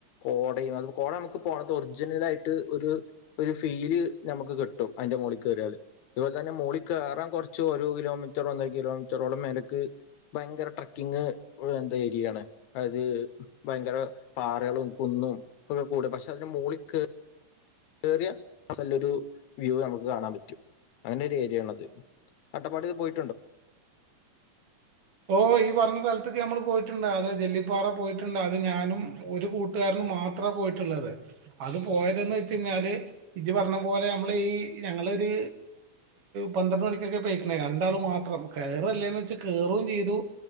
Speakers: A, on the left; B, on the right.
A: കോടയും അത് കോട നമുക്ക് പോണത് ഒറിജിനൽ ആയിട്ട് ഒരു ഒരു ഫീല് നമുക്ക് കിട്ടും. അതിന്റെ മോളിൽ കേറിയാല് ഇതുപോലെ തന്നെ മോളിൽ കേറാൻ കുറച്ച് ഒരു കിലോമീറ്റർ ഒന്നര കിലോമീറ്ററോളം മേലക്ക് ഭയങ്കരട്ര ക്കിങ്ങ്എന്ത ഏരിയാണ് അതായത് ഭയങ്കര പാറകളും കുന്നും ഒ കൂട പക്ഷെ അതിന്റെ മോളിൽ കേ വറിയ സ്ല്ല ഒരു വ്യൂ നമുക്ക് കാണാൻ പറ്റും അങ്ങനെ ഒരു ഏരിയയാണത്. അട്ടപ്പാടിൽ പോയി
B: ഓ ഈ പറഞ്ഞ സ്ഥലത്തേക്ക് ഞമ്മള് പോയിട്ടുണ്ടാവില്ല ജല്ലി പ്പാറ പോ ഞാനും ഒരു കുട്ടുകാരും മാത്ര പോയിട്ടുള്ളത് അത് പോയത് എന്ന് വെച്ച് കഴിഞ്ഞാല് ഇച്ച് പറഞ്ഞപോലെ ഞമ്മള് ഈ ഞങ്ങളൊരു പന്ത്രണ്ട് മണിക്കൊക്കേ രണ്ടാളും മാത്രം കയറല്ലേന്ന് വെ കേയറും ചെയ്തു